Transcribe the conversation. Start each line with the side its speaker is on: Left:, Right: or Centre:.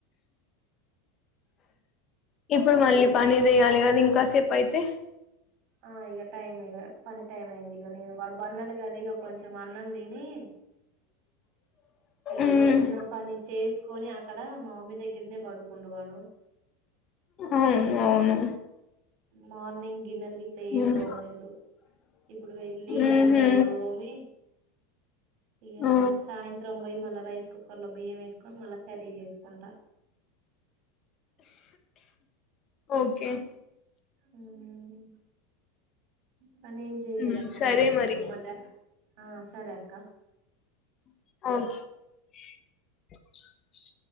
Left: ఇప్పుడు
Right: ఇంకేంటక్క
Left: మళ్ళీ పనిదియాలి కదా ఇంకాసే అయితే
Right: ఆ ఇక టైమ్ ఇక పని టైమ్ అయి్యందిక నను బ బడిన్నాడుగాద ఇక కొంచెం మ అన్నం దినీ ఇగ
Left: ఉమ్.
Right: ఉన్న పని చేసుకొని అక్కడ మా మమ్మీ దగ్గరనే పడుకుండు వాడు
Left: అవును అవును
Right: మార్నింగ్ గిన్నెల్ గిట్లా ఏం
Left: ఉమ్.
Right: దోమలేదు ఇప్పుడు వెళ్ళి ఇక
Left: ఉహు.
Right: గిన్నెల్ దోమి ఇగా
Left: ఆ.
Right: సాయ పోయి మల్ల రైస్ కుక్కర్ లో బియ్యం వేసుకొని మళ్ళ కర్రీ చేసుకుంటా
Left: ఓకే
Right: హ్మ్ తను ఏం జెయలేదు
Left: ఉమ్.
Right: అక్క
Left: సరే
Right: మార్నింగు
Left: మరి
Right: మా డా ఆ సరే అక్క
Left: అ